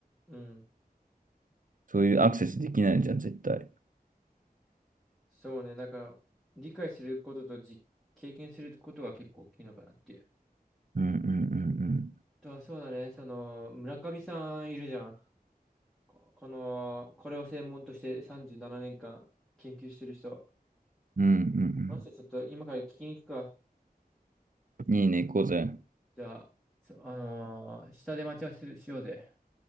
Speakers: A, in the centre; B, on the right.
A: うん。
B: そういうアクセスできないじゃん、絶対。
A: そうね。だから、理解することとじ、経験することは結構大きいのかなっていう。
B: うんうんうん
A: と、そうだね。その、村上さんいるじゃん。ここの、これを専門として37年間研究してる人。
B: うん。うんうん
A: もしちょっと今から聞きに行くか。
B: うん。いいね、行こうぜ。
A: じゃあ、そう、あのー下で待ち合わせしようぜ。